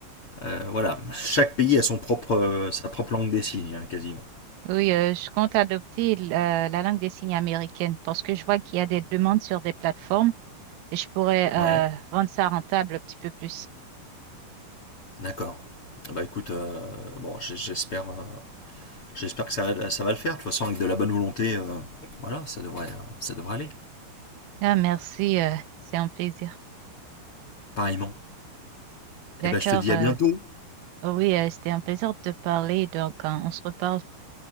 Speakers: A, on the left (about 50°); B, on the right (about 80°).
A: euh, voilà, chaque pays a son propre, euh, sa propre langue des signes, hein, quasiment.
B: oui, euh, je compte adopter la, la langue des signes américaine parce que je vois qu'il y a des demandes sur des plateformes et je pourrais
A: Ouais,
B: euh, rendre ça rentable un petit peu plus.
A: d'accord. Ah Bah écoute, euh, bon, j- j'espère, euh, j'espère que ça, ça va le faire. De toute façon, avec de la bonne volonté, euh, voilà, ça devrait, euh, ça devrait aller.
B: Ah, merci, euh, c'est un plaisir.
A: Pareillement.
B: D'accord.
A: Et ben, je te dis
B: euh,
A: à bientôt.
B: oui, euh, c'était un plaisir de te parler, donc euh, on se reparle.